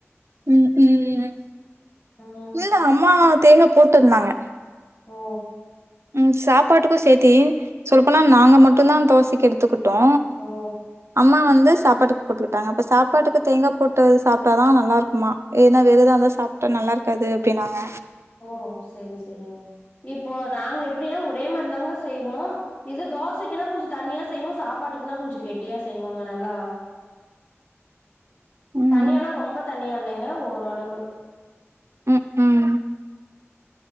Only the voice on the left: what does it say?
ம்
ஓ
ஓ
ஓ செரி செரிங்க இப்போ நாங்க எப்டின்னா ஒரே மாரிதாங்க செய்வோ இது தோசைக்குனா கொஞ்சொ தண்ணியா செய்வோ சாப்பாட்டுக்குன்னா கொஞ்சோ கெட்டியா செய்வோங்க நல்லா
தண்ணியான ரொம்ப தண்ணியா இல்லைங்க ஓரளவு